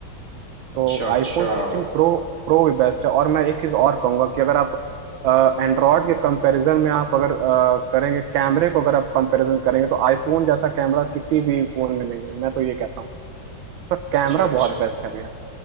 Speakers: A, on the right (about 35°); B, on the right (about 75°).
A: अच्छा
B: तो
A: अच्छा
B: आईफोन सिक्सटीन प्रो प्रो भी बेस्ट है और मैं एक चीज़ और कहूँगा कि अगर आप एंड्रॉयड के कंपैरिजन में आप अगर अ, करेंगे कैमरे को अगर आप कंपैरिजन करेंगे तो आईफोन जैसा कैमरा किसी भी फोन में नहीं है मैं तो ये कहता हूँ उसका
A: अच्छा
B: कैमरा
A: अच्छा
B: बहुत बेस्ट है भैया